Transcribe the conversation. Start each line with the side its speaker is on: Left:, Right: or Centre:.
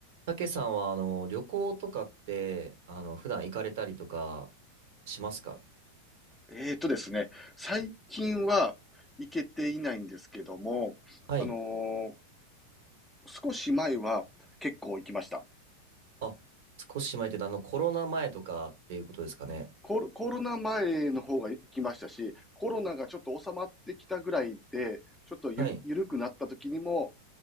Right: たけさんは、あの、旅行とかって、あの、普段行かれたりとかしますか
Centre: えーとですね、最近は行けていないんですけども、
Right: はい。
Centre: あのー少し前は結構行きました。
Right: あ、少し前って言うと、あの、コロナ前とかっていうことですかね。
Centre: コロ、コロナ前の方が行きましたし、コロナがちょっと収まってきたぐらいで、ちょっとゆる、
Right: はい。
Centre: ゆるくなった時にも、